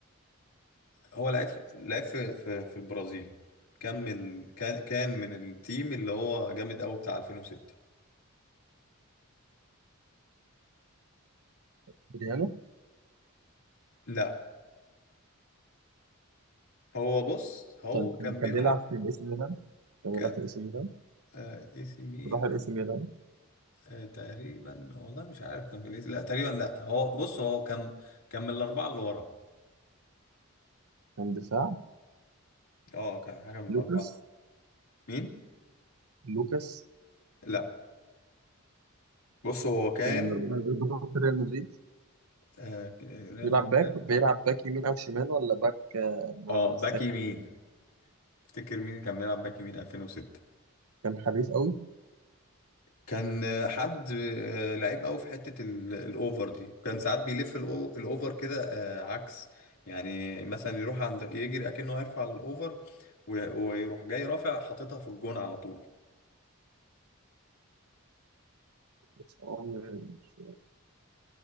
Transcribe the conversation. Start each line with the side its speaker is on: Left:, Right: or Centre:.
Left: هو لعب في- لعب في في, في البرازيل كمل كان كان من التيم اللي هو جامد قوي بتاع 2006
Right: بريانو
Left: لا هو بص هو
Right: طيب
Left: كان
Right: لما
Left: بيلعب
Right: كان بيلعب في الاي سي ميلان كان
Left: ك
Right: بيلعب في الاي سي ميلان
Left: آه، اي سي ميلان
Right: راح الاي سي ميلان
Left: آه، تقريبا والله مش عارف كان في الإي سي- لا تقريبا لا هو بص هو كان كان من الاربعه اللي ورا
Right: كان دفاع
Left: اه كان حاجه من
Right: لوكاس
Left: الاربعه مين
Right: لوكاس
Left: لا بص هو كان
Right: كان من الاربعه اللي بيلعبوا في ريال مدريد
Left: آه، ريال
Right: بيلعب
Left: مدريد
Right: باك
Left: لا
Right: بيلعب باك يمين او شمال ولا باك آه، ولا
Left: اه
Right: مساك
Left: باك يمين افتكر مين كان بيلعب باك يمين 2006
Right: كان حريف قوي
Left: كان آه، حد آه، لعيب قوي في حتة ال- الاوفر دي كان ساعات بيلف الأو- الاوفر كده آه، عكس يعني مثلا يروح عند يجري اكنه هيرفع الاوفر و- ويروح جاي رافع حاططها في الجون على طول
Right: بس هو مش-